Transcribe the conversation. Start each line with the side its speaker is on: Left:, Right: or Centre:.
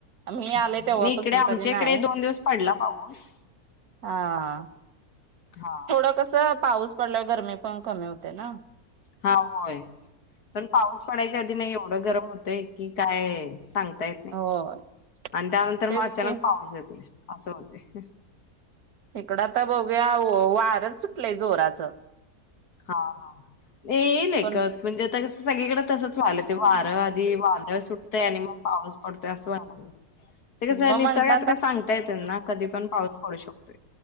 Right: मी आले
Left: हा
Right: तेव्हापासून
Left: नयी इकडे आमच्या
Right: तरी नाही.
Left: इकडे दोन दिवस पडला पाऊस.
Right: हा हा हा-
Left: हा
Right: थोडं कस पाऊस पडल्यावर गरमी पण कमी होते ना.
Left: हा होय पण पाऊस पडायच्या आधी नाही एवढं गरम होतंय की काय. सांगता येत नाही
Right: होय.
Left: आणि त्यानंतर मग
Right: तेच
Left: अचानक
Right: की
Left: पाऊस येतो असं होते.
Right: इकडं आता बघुया वारच सुटलंय जोराचं.
Left: हा हा नाही
Right: पण
Left: घरच आता सगळीकडे तसच वालं ते
Right: हम्म
Left: वारं वादळ सुटते आणि मग पाऊस पडत असं व मला. ते का
Right: मग
Left: निसर्ग
Right: म्हंटलं
Left: आता काय सांगताय त्यांना कधी पण पाऊस पडु शकतोय.